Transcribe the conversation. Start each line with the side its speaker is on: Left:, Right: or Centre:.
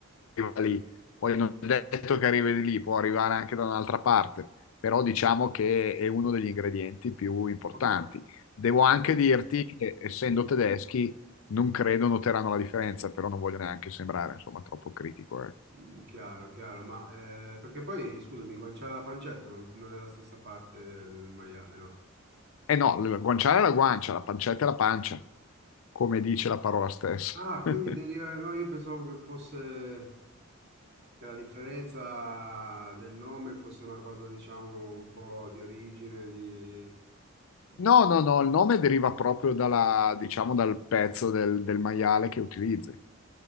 Left: arrivare lì. Poi non è detto che arrivi lì, può arrivare anche da un'altra parte, però diciamo che è uno degli ingredienti più importanti.
Right: ho cap-
Left: Devo anche dirti che essendo tedeschi non credo noteranno la differenza, però non voglio neanche sembrare, insomma, troppo critico, ecco.
Right: Mm, chiaro, chiaro, ma eh, perché poi, scusami, il guanciale e la pancetta non, non è la stessa parte del maiale, no?
Left: Eh no, la guanciale è la guancia, la pancetta è la pancia, come dice la parola stessa.
Right: Ah,
Left: <laughs>
Right: quindi deriva, no, io pensavo che fosse, che la differenza del nome fosse una cosa, diciamo, un po' di origine, di... di-
Left: No, no, no, il nome deriva proprio dalla, diciamo, dal pezzo del, del maiale che utilizzi.